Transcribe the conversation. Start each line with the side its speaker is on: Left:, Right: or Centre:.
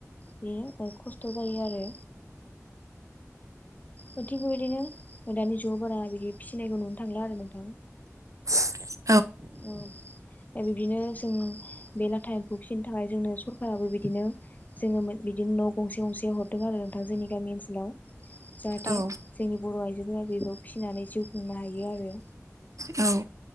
Left: बेयो खस्थ' जायो आरो। औ थिक बे बायदिनो दानि ज' बारा बिदि फिसिनायखौ नुनो थांला आरो नोंथां।
Right: <inaudible>
Left: औ। बिदिनो जों बे लाथा एमफौ फिसिनो थाखाय जोंनो सरखाराबो बिदिनो जोंनो बिदिनो न' गंसे गंसे हरदों आरो नोंथां जोंनि गामि ओनसोलाव। जाहाथे
Right: औ
Left: जोंनि बर' आइजोफोरा बेखौ फिसिनानै जिउ खुंनो हायो आरो।
Right: औ।